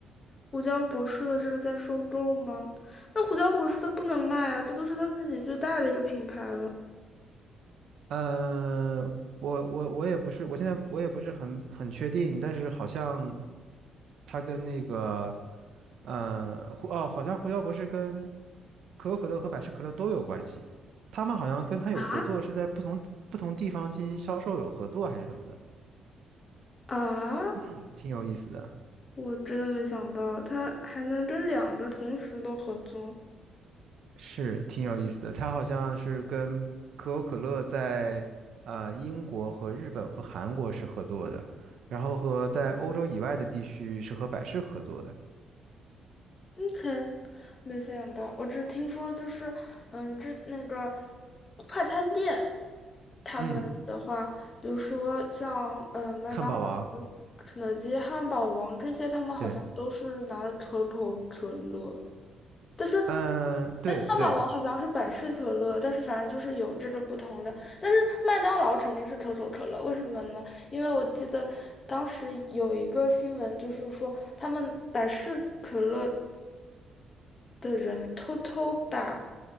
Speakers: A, on the left; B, on the right.
A: 胡椒博士的这个在收购吗？那胡椒博士他不能卖啊，这都是他自己最大的一个品牌了
B: 嗯、我我我也不是，我现在我也不是很很确定，但是好像他跟那个呃胡哦，好像胡椒博士跟。可口可乐和百事可乐都有关系。他们好像跟他有合作，
A: 啊
B: 是在不同不同地方进行销售有合作，还是怎么的？
A: 啊！
B: 嗯，挺有意思的，
A: 我真的没想到他还能跟两个同时都合作。
B: 是挺有意思的。他好像是跟可口可乐在呃英国和日本和韩国是合作的，然后和在欧洲以外的地区是和百事合作的。
A: 嗯，k 没想到，我只听说就是，嗯，这那个快餐店，他们的话，
B: 嗯，
A: 比如说像嗯呃麦当劳、
B: 汉堡王，
A: 肯德基、汉堡王这些，他们好像都是拿可口可乐，
B: 对，
A: 但是，
B: 嗯、对对，
A: 哎，汉堡王好像是百事可乐，但是反正就是有这个不同的，但是麦当劳肯定是可口可乐，为什么呢？因为我记得当时有一个新闻，就是说他们百事可乐。的人偷偷把